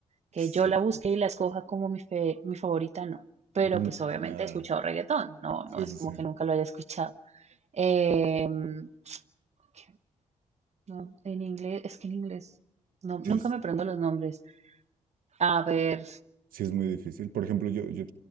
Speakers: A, on the right (about 50°); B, on the right (about 80°).
A: que
B: Sí,
A: yo la busque
B: sí.
A: y la escoja como mi, fe- mi favorita, no. Pero
B: Mm,
A: pues obviamente
B: Nada.
A: he escuchado reggaetón, no,
B: Sí,
A: no es
B: sí,
A: como
B: sí.
A: que nunca lo haya escuchado. Em, ¿qué? no, en inglés, es que en inglés, no, nunca
B: Sí, sí.
A: me prendo los nombres. A ver,
B: Sí, es muy difícil. Por ejemplo, yo, yo